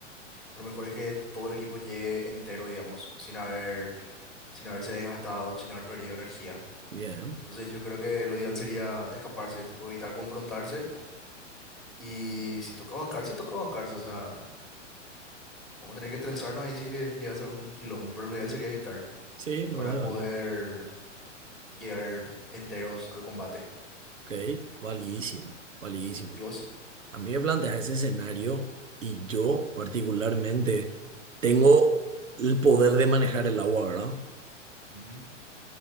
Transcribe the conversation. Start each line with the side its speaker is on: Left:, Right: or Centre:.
Centre: lo mejor es que todo el equipo llegue entero, digamos, sin haber, sin haberse desgastado, sin haber perdido energía.
Right: bien.
Centre: Entonces yo creo que lo ideal sería escaparse, tipo evitar confrontarse. Y si toca bancarse, toca bancarse. O sea, vamos a tener que trenzarnos ahí si llega a ser un quilombo, pero lo ideal sería evitar
Right: Sí, me
Centre: para
Right: parece
Centre: poder
Right: válido.
Centre: llegar enteros al combate.
Right: Ok, validísimo, validísimo.
Centre: ¿Y vos?
Right: A mí me planteas ese escenario y yo particularmente tengo el poder de manejar el agua, ¿verdad?
Centre: Ujú,